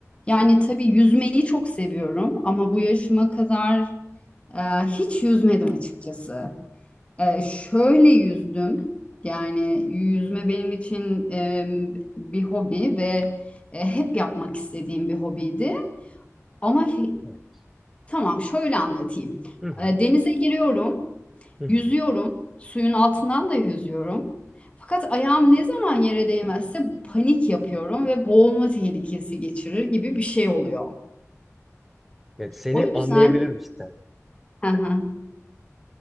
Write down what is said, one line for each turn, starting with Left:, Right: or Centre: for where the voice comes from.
Left: Yani tabii yüzmeyi çok seviyorum ama bu yaşıma kadar e, hiç yüzmedim açıkçası. E, şöyle yüzdüm. Yani yüzme benim için e, bir hobi ve e, hep yapmak istediğim bir hobiydi. Ama hi-
Centre: Evet.
Left: tamam şöyle anlatayım.
Centre: Hı hı.
Left: E, denize giriyorum,
Centre: Hı hı.
Left: yüzüyorum, suyun altından da yüzüyorum. Fakat ayağım ne zaman yere değmezse panik yapıyorum ve boğulma tehlikesi geçirir gibi bir şey oluyor.
Centre: Yani seni
Left: O yüzden
Centre: anlayabilirim cidden.
Left: Hı hı.